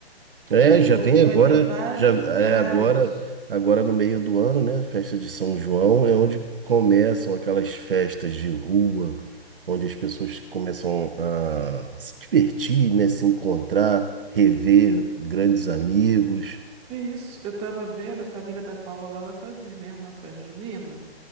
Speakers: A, on the right (about 60°); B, on the right (about 15°).
A: É,
B: né? Porque
A: já vem
B: vai
A: agora,
B: ter em vários
A: já
B: lugares.
A: é agora, agora no meio do ano, né? Festa de São João é onde começam aquelas festas de rua, onde as pessoas começam a se divertir, né? Se encontrar, rever grandes amigos.
B: E isso, eu tava vendo, a família da Paula lá vai fazer, né? Uma festa junina.